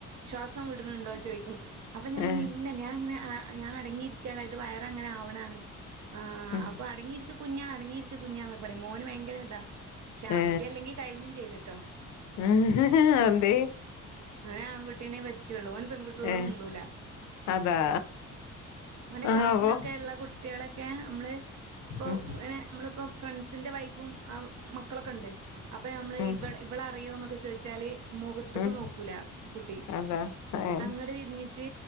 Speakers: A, on the right; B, on the left.
A: ശ്വാസം വിടണിണ്ടോ ചോദിക്കും അപ്പൊ ഞാൻ
B: ഏഹ്
A: പറയും ഇല്ല ഞാനിങ്ങനെ ആ ഞാൻ അടങ്ങിയിരിക്ക്യേണ് എന്റെ വയർ അങ്ങനെ ആവണാണ് ആ
B: ഉം
A: ആപ്പോ അടങ്ങിയിരിക്ക് കുഞ്ഞാ അടങ്ങി യിരിക്ക് കുഞ്ഞാന്നൊക്കെ <unintelligible> മോന് ഭയങ്കര ഇതാ ആൺകുട്ടി
B: ആ
A: അല്ലെങ്കി കഴിഞ്ഞും ചെയ്ത്ട്ടോ
B: ആ ഹ ഹ എന്തേയ്
A: അവന് ആൺകുട്ടീനെ പറ്റുള്ളൂ, ഓൻ പെൺകുട്ടികളോട്
B: ഏഹ്
A: മുണ്ടൂല.
B: അതാ
A: ഓന്റെ ക്ലാസ്സിലൊക്കെ
B: ആവോ
A: ഇള്ള കുട്ടികളെ ഒക്ക അമ്മള്, ഇപ്പൊ
B: ഉം
A: അങ്ങനെ നമ്മളിപ്പോ ഫ്രണ്ട്സിന്റെ വൈഫും ആ മക്കളൊക്കെ ഇണ്ട്. അപ്പൊ നമ്മള്
B: ഉം
A: ഇവ ഇവളെ അറിയോന്നൊക്കെ ചോ ച്ചാല് മുഖത്ത്ക്ക്
B: ഉം
A: നോ കൂല കുട്ടി
B: അതാ ഏഹ്
A: അങ്ങട് തിരിഞ്ഞിട്ട്